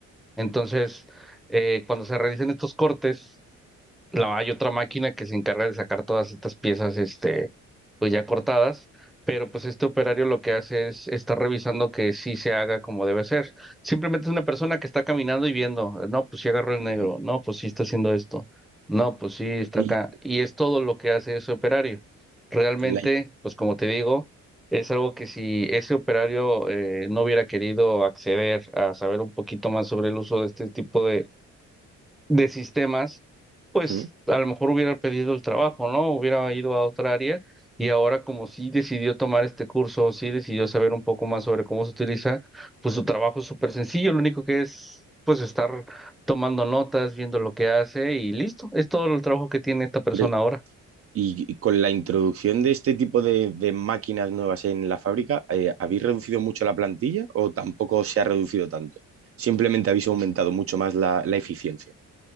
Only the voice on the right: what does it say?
mm.
Y
la-
mm.
Oye,
y con la introducción de este tipo de, de máquinas nuevas en la fábrica, eh, ¿habéis reducido mucho la plantilla o tampoco se ha reducido tanto? Simplemente habéis aumentado mucho más la la eficiencia.